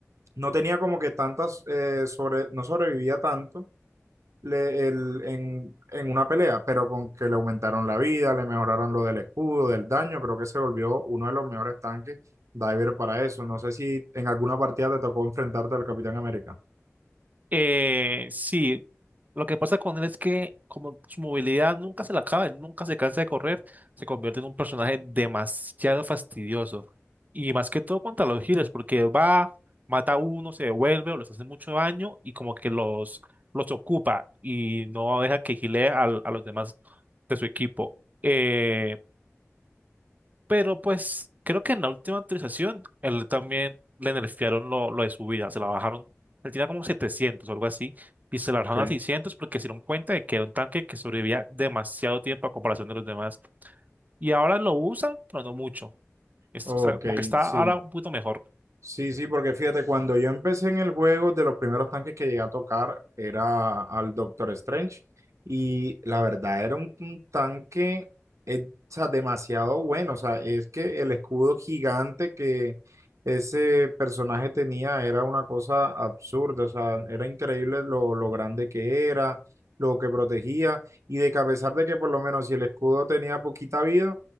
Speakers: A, on the right; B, on the right.
A: no tenía como que tantas, eh, sobre, no sobrevivía tanto le- el- en, en una pelea, pero con que le aumentaron la vida, le mejoraron lo del escudo, del daño, creo que se volvió uno de los mejores tanques diver para eso. No sé si en alguna partida te tocó enfrentarte al Capitán América.
B: Eh, sí, lo que pasa con él es que como su movilidad nunca se la acaba, él nunca se cansa de correr, se convierte en un personaje demasiado fastidioso. Y más que todo contra los healers, porque va, mata a uno, se devuelve o les hace mucho daño y como que los, los ocupa y no deja que healee al- a, los demás de su equipo. Eh, pero pues creo que en la última actualización él también le nerfearon lo, lo de su vida, se la bajaron. Él tenía como 700 o algo así y se la
A: Ok,
B: bajaron a 600 porque se dieron cuenta de que era un tanque que sobrevivía demasiado tiempo a comparación de los demás. Y ahora lo usan, pero no mucho. Es-
A: ok,
B: o sea, como que está
A: sí.
B: ahora un poquito mejor.
A: Sí, sí, porque fíjate, cuando yo empecé en el juego, de los primeros tanques que llegué a tocar era al Doctor Strange y la verdad era un, un tanque eh, o sea, demasiado bueno, o sea, es que el escudo gigante que ese personaje tenía era una cosa absurda, o sea, era increíble lo, lo grande que era, lo que protegía y de que a pesar de que por lo menos si el escudo tenía poquita vida,